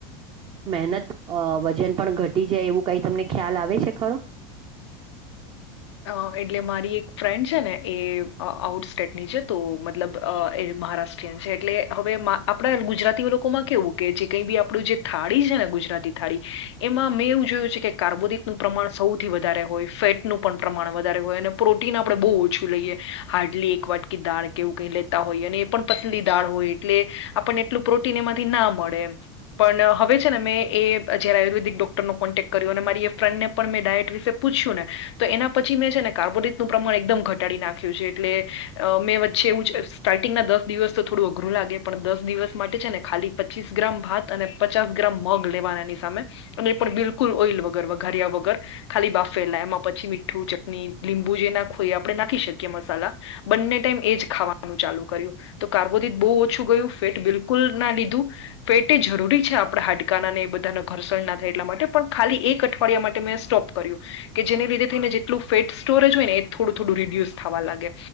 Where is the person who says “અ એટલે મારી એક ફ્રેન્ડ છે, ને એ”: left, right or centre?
Left